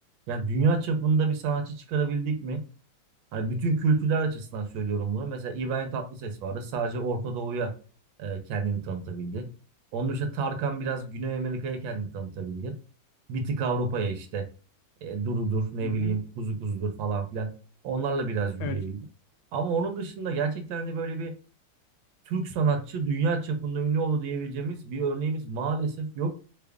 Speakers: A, on the right; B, on the left.
A: Yani dünya çapında bir sanatçı çıkarabildik mi? Hani bütün kültürler açısından söylüyorum bunu. Mesela İbrahim Tatlıses vardı. Sadece Orta Doğu'ya e, kendini tanıtabildi. Onun işte Tarkan biraz Güney Amerika'ya kendini tanıtabildi. Bir tık Avrupa'ya işte. E, Dududur, ne
B: hı hı.
A: bileyim, Kuzu Kuzudur falan filan. Onlarla biraz yürüyebildi.
B: Evet.
A: Ama onun dışında gerçekten hani böyle bir Türk sanatçı dünya çapında ünlü oldu diyebileceğimiz bir örneğimiz maalesef yok.